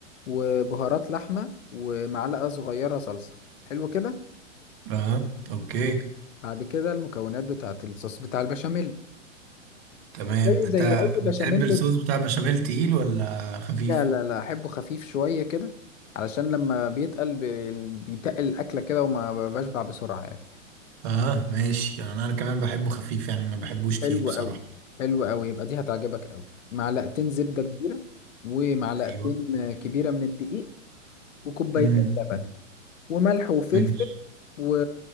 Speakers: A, on the left; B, on the right.
A: وبهارات لحمة ومعلقة صغيرة صلصة حلو كده
B: اه اوكي
A: بعد كده المكونات بتاعت الصوص بتاع البشاميل
B: تمام
A: زيه
B: انت
A: زي اي بشاميل
B: بتحب الصوص بتاع بشاميل تقيل ولا خفيف
A: لا لا لا احبه خفيف شويه كده علشان لما بيتقل بي- بيتقل الاكله كده وما بشبع بسرعه يعني
B: اه ماشي يعني انا كمان بحبه خفيف يعني ما بحبوش تقيل
A: حلو
B: بصراحة
A: قوي حلو قوي يبقى دي هتعجبك قوي معلقتين زبده كبيره ومعلقتين
B: ايوه
A: آه، كبيره من الدقيق وكوبايتين
B: امم
A: لبن وملح وفلفل
B: ماشي
A: و...